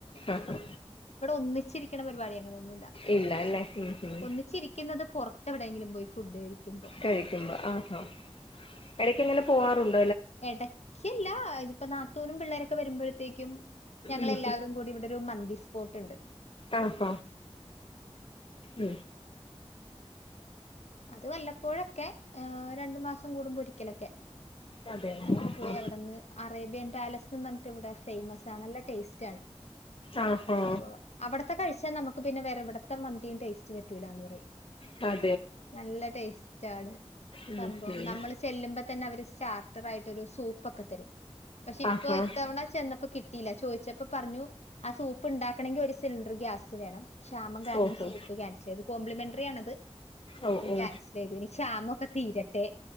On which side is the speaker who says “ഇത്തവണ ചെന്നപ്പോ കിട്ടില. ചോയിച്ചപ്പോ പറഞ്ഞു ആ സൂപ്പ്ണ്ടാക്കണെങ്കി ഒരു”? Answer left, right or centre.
Left